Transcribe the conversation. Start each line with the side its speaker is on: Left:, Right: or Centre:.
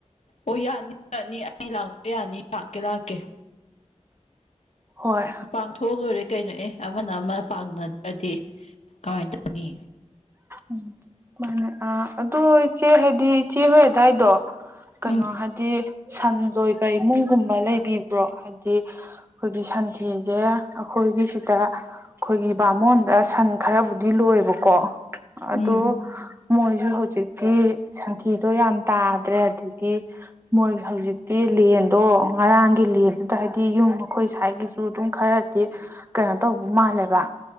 Left: ꯑꯣ ꯌꯥꯅꯤ ꯌꯥꯅꯤ ꯑꯩ ꯂꯥꯛꯄ ꯌꯥꯅꯤ ꯂꯥꯛꯀꯦ ꯂꯥꯛꯀꯦ
Right: ꯍꯣꯏ
Left: ꯄꯥꯡꯊꯣꯛꯑ ꯂꯣꯏꯔꯦ ꯀꯩꯅꯣ ꯑꯦ ꯑꯃꯅ ꯑꯃ ꯄꯥꯡꯅꯗ꯭ꯔꯗꯤ ꯀꯃꯥꯏꯅ ꯇꯧꯅꯤ
Right: ꯎꯝ ꯃꯥꯅꯦ ꯑ ꯑꯗꯣ ꯏꯆꯦ ꯍꯥꯏꯗꯤ ꯏꯆꯦ ꯍꯣꯏ ꯑꯗꯨꯗꯥꯋꯥꯏꯗꯣ ꯀꯩꯅꯣ
Left: ꯎꯝ
Right: ꯍꯥꯏꯗꯤ ꯁꯟ ꯂꯣꯏꯕ ꯏꯃꯨꯡꯒꯨꯝꯕ ꯂꯩꯕꯤꯕ꯭ꯔꯣ ꯍꯥꯏꯗꯤ ꯑꯩꯈꯣꯏꯒꯤ ꯁꯟꯊꯤꯁꯦ ꯑꯩꯈꯣꯏꯒꯤꯁꯤꯗ ꯑꯩꯈꯣꯏꯒꯤ ꯕꯥꯃꯣꯟꯗ ꯁꯟ ꯈꯔꯕꯨꯗꯤ ꯂꯣꯏꯕꯀꯣ
Left: ꯎꯝ
Right: ꯑꯗꯣ ꯃꯣꯏꯁꯨ ꯍꯧꯖꯤꯛꯇꯤ ꯁꯟꯊꯤꯗꯣ ꯌꯥꯝ ꯇꯥꯗ꯭ꯔꯦ ꯑꯗꯒꯤ ꯃꯣꯏ ꯍꯧꯖꯤꯛꯇꯤ ꯂꯦꯟꯗꯣ ꯉꯔꯥꯡꯒꯤ ꯂꯦꯟꯗꯨꯗ ꯍꯥꯏꯗꯤ ꯌꯨꯝ ꯑꯩꯈꯣꯏ ꯁꯥꯏꯒꯤꯁꯨ ꯑꯗꯨꯝ ꯈꯔꯗꯤ ꯀꯩꯅꯣ ꯇꯧꯕ ꯃꯥꯜꯂꯦꯕ